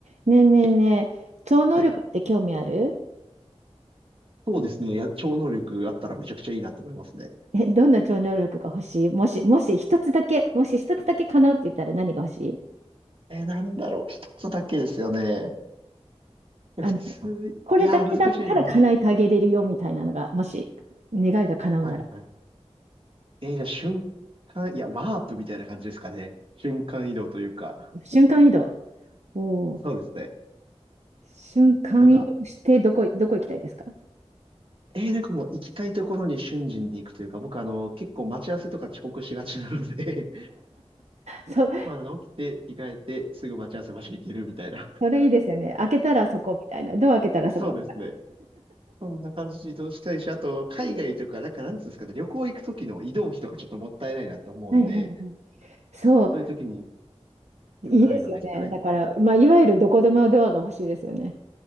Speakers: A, on the right; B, on the right.
A: ねえねえねえ、超能力って興味ある
B: はいそうですね。いや、超能力あったらめちゃくちゃいいなと思いますね。
A: え、どんな超能力が欲しいもし、もし一つだけ、もし一つだけ叶うって言ったら何が欲しい
B: えーなんだろう。一つだけですよね。いや、
A: あの、
B: 普通、
A: これだけだったら叶えてあげれるよみたいなのが、
B: いやー、難しいな。
A: もし願いが叶うなら。
B: はいはい。えーじゃあ瞬間、いや、ワープみたいな感じですかね。瞬間移動というか。
A: 瞬間移動。おお、
B: そうですね。
A: 瞬間移動してどこ、
B: なんか、
A: どこ行きたいですか
B: えーなんかもう行きたいところに瞬時に行くというか、僕あの、結構待ち合わせとか遅刻しがちなので
A: そう、
B: <laughs> まあ、あの起きて、着替えて、すぐ待ち合わせ場所行けるみたいな。
A: それいいですよね。開けたらそこみたいな。ドア開けたらそこ。
B: そうですね。そんな感じで移動したいし、あと、海外とか、なんか、なんつうんですかね、旅行行く時の移動費とかちょっともったいないなって思うんで、
A: はいはいはい。そう、
B: そういう時に
A: いいですよね。
B: 瞬間移動できたらいいな。
A: だから、まあ、いわゆるどこでもドアが欲しいですよね。